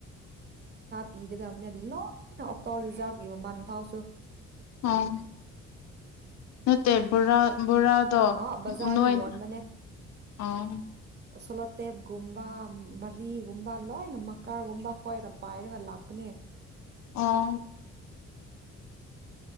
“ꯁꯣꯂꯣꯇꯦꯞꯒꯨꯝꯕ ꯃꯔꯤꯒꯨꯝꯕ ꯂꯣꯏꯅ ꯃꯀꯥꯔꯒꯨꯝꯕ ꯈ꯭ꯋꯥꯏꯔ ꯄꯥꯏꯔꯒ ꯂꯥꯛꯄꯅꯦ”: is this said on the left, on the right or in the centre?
Right